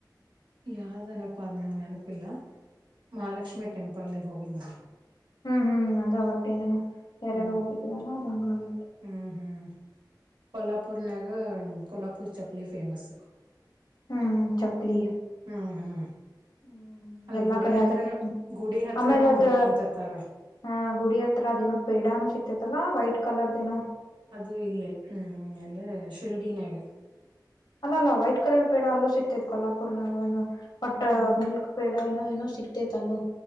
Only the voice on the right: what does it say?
ಯಾವ್ದನಪಾ ಅದ್ ನಂಗ ನೆನಪಿಲ್ಲ ಮಹಾಲಕ್ಷ್ಮಿ ಟೆಂಪಲ್ ಗೆ ಹೋಗಿದ್ ನಾ
ಹ್ಮ್
ಹ್ಮ್ ಹ್ಮ್ ಕೊಲ್ಲಾಪುರ್ ನ್ಯಾಗ ಕೊಲ್ಲಾಪುರ ಚಪ್ಪಲಿ ಫೇಮಸ್.
ಹ್ಮ್ ಹ್ಮ್
ಅಲ್ಲಿ
ಗುಡಿ
ಹತ್ರನ
ಗುಡಿ ಹತ್ರನ
ಮರಾಕ್
ಕುಂತಿರ್ತಾರ
ಅದು ಇಲ್ಲೇ ಹ್ಮ್ ಆಮೇಲೆ ಶಿರಡಿನ್ಯಾಗೆ
ಹ